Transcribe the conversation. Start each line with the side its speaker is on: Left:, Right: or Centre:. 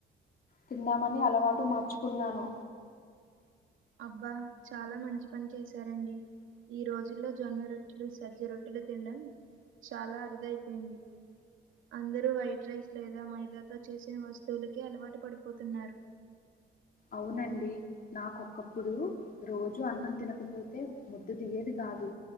Left: తిందామని అలవాటు మార్చుకున్నాను
Right: అబ్బా చాలా మంచి పని చేశారండి ఈ రోజుల్లో జొన్నరొట్టెలు సజ్జరొట్టెలు తిండం చాలా అరుదయిపోయింది అందరూ వైట్ రైస్ లేదా మైదా తో చేసిన వస్తువులకే అలవాటు పడిపోతున్నారు
Left: అవునండి నాకు ఒకప్పుడు రోజూ అన్నం తినకపోతే ముద్ద దిగేది కాదు